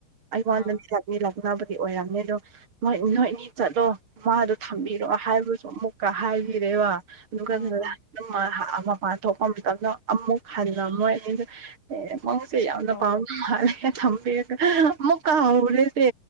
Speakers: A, on the right (about 35°); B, on the left (about 60°).
A: ꯑꯩ
B: ꯑꯥ
A: ꯉꯣꯟꯗꯗꯤ ꯂꯥꯛꯅꯤ ꯂꯥꯛꯅꯕꯗꯤ ꯑꯣꯏꯔꯝꯅꯤ ꯑꯗꯣ ꯅꯣꯏ ꯅꯣꯏꯅꯤ ꯆꯠꯂꯣ ꯃꯥꯗꯣ ꯊꯝꯕꯤꯔꯣ ꯍꯥꯏꯕꯁꯨ ꯑꯃꯨꯛ ꯀ ꯍꯥꯏꯕꯤꯔꯦꯕ
B: ꯑꯥ
A: ꯑꯗꯨꯀꯟꯗꯨꯗꯥ
B: ꯑꯥ
A: ꯑꯗꯨꯝ ꯃꯥ ꯃꯄꯥꯟ ꯊꯣꯛꯄ ꯃꯇꯝꯗ ꯑꯃꯨꯛ ꯍꯟꯅ ꯃꯣꯏ ꯑꯅꯤꯁꯦ ꯃꯧꯁꯦ ꯌꯥꯝꯅ
B: ꯑꯣ
A: ꯄꯥꯝꯅ ꯃꯥꯜꯂꯦ ꯊꯝꯕꯤꯔꯒ ꯑꯃꯨꯛꯀꯥ ꯍꯧꯔꯦꯁꯦ